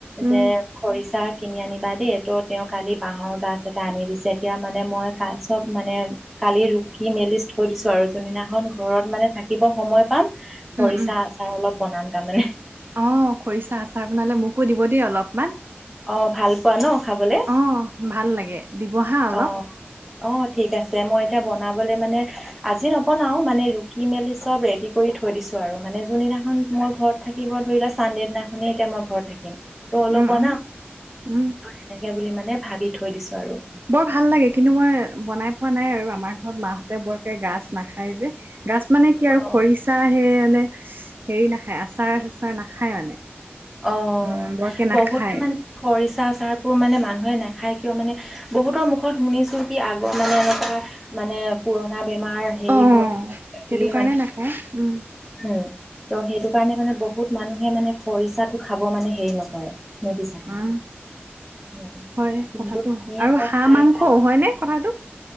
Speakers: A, on the right; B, in the centre.
A: উম,
B: যে খৰিচাত কিনি আনিবা দেই ত' তেওঁ কালি বাঁহৰ গাছ এটা আনি দিছে, এতিয়া মানে মই কা চব মানে কালি ৰুকি মেলি থৈ দিছো আৰু যোনদিনাখন ঘৰত মানে থাকিব সময় পাম। খৰিচা
A: উম, উম।
B: আচাৰ অলপ বনাম তাৰমানে
A: অ খৰিচা আচাৰ বনালে মোকো দিব দেই অলপমান।
B: অ ভাল পোৱা ন। খাবলে?
A: অহ ভাল লাগে দিব হা অলপ।
B: অ'। অ ঠিক আছে মই এতিয়া বনাবলে মানে, আজি নবনাও মানে ৰুকি মেলি চব ৰেডি কৰি থ থৈ দিছোঁ আৰু মানে যোনদিনাখন মই ঘৰত থাকিব ধৰি লোৱা চান্দে দিনাখনেই এতিয়া মই ঘৰত থাক- ত অলপ
A: উম,
B: বনাম
A: উম, উম।
B: ত সেনেকে বুলি মানে ভাবি থৈ দিছো আৰু
A: বৰ ভাল লাগে। কিন্তু মই বনাই পোৱা নাই আৰু আমাৰ ঘৰত মাহঁতে বৰকে গাজ নাখায় যে গছ মানে কি আৰু
B: অ
A: খৰিচা আহে এনে হেৰি নাখায়, আচাৰ চাচাৰ নাখায় মানে।
B: অ
A: উম, বৰকে
B: বহুতে
A: নাখায়
B: মানে খৰিচা চাৰবোৰ মানে মানুহে নাখ- নাখাই কিয় মানে বহুতৰ মুখত শুনিছো কি আগৰ মানে এনেকুৱা মানে পুৰণা বেমাৰ সেই
A: অ',
B: হয়
A: সেইটো
B: বুলি
A: কাৰণে
B: মানে
A: নাখায় উম,
B: উম ত সেইটো কাৰণে মানে বহুত মানুহে মানে খৰিচাটো খাব মানে হেৰি নকৰে নিবিচাৰে।
A: উম।
B: সেনেকে
A: হয়
B: কিন্তু
A: কথাটো
B: আমি
A: আৰু
B: আকৌ
A: হাঁহ
B: খাই
A: মাংস
B: ভাল
A: হয় নে কথাটো।